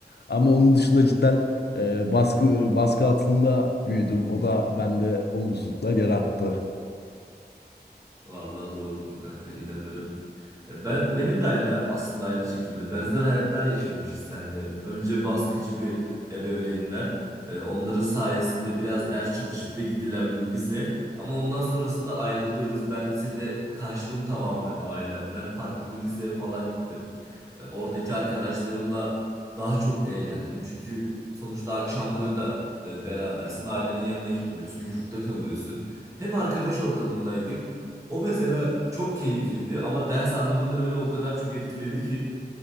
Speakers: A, on the left; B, on the right.
A: Ama onun dışında cidden e, baskı baskı altında büyüdüm. O da bende olumsuzluklar yarattı.
B: Vallahi doğrudur kanka inanırım. E, Ben benim de aynı aslında aynı şekilde benzer hayatlar yaşamışız seninle. Önce baskıcı bir ebeveynler, e, onların sayesinde biraz ders çalışıp da gidilen bir lise ama ondan sonrasında ayrılıyoruz. Ben lisede kaçtım tamamen ailemden. Farklı bir liseye falan gittim. E, Oradaki arkadaşlarımla daha çok eğlendim. Çünkü sonuçta akşamları da e, berabersin. Ailenin yanına gitmiyorsun, yurtta kalıyorsun. Hep arkadaş ortamındaydık. O mesela çok keyifliydi ama ders anlamında beni o kadar çok etkiledi ki